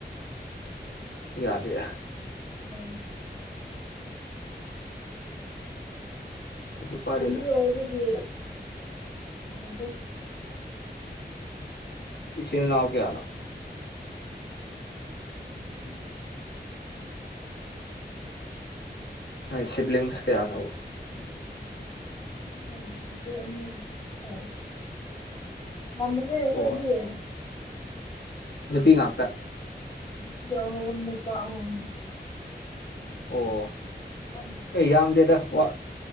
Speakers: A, on the left; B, on the left.
A: ꯌꯥꯗ
B: ꯎꯝ
A: ꯀꯩꯁꯨ ꯀꯥꯏꯗꯦꯗ
B: ꯂꯝꯕꯤ ꯑꯣꯏꯕꯒꯤ ꯌꯥꯗꯦ
A: ꯏꯁꯤꯡꯅꯥ ꯀꯌꯥꯅ
B: ꯎꯝ
A: ꯅꯣꯏ ꯁꯤꯕ꯭ꯂꯤꯡꯁ
B: ꯑꯩꯈꯣꯏ
A: ꯀꯌꯥꯅꯣ
B: ꯎꯝ ꯎꯝ ꯏꯦ ꯑ ꯉꯝꯕꯅꯦ ꯀꯣꯏꯗꯤꯌꯦ
A: ꯑꯣ ꯅꯨꯠꯇꯤ ꯉꯥꯛꯇ
B: ꯅꯨꯄꯤ ꯑꯍꯣꯝ ꯅꯨꯄꯥ ꯑꯍꯣꯝ
A: ꯑꯣ
B: ꯑꯩꯅ
A: ꯌꯥꯝꯗꯦꯗ ꯋꯥ